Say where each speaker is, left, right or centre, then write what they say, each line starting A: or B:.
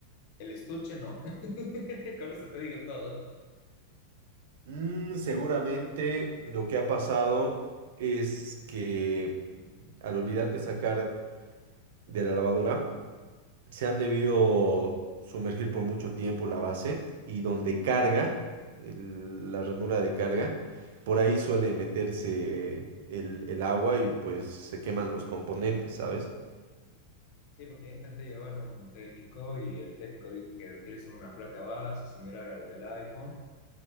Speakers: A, on the left (about 45°); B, on the right (about 55°).
A: El estuche no. <laughs> Con eso te digo todo.
B: Mm, seguramente lo que ha pasado es que al olvidarte sacar de la lavadora, se han debido sumergir por mucho tiempo la base y donde carga, el- la ranura de carga, por ahí suele meterse el, el agua y pues se queman los componentes, ¿sabes?
A: Sí, porque yo intenté llevarlo a un técnico y el técnico dijo que utilizan una placa base similar al del iPhone,